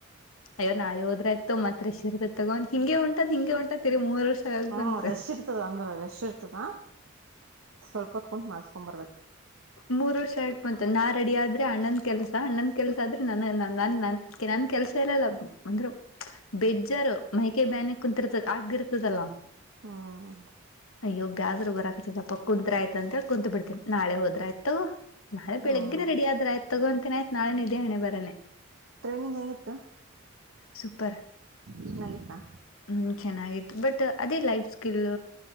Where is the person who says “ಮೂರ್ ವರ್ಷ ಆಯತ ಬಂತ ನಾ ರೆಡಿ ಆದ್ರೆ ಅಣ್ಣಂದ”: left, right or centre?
Left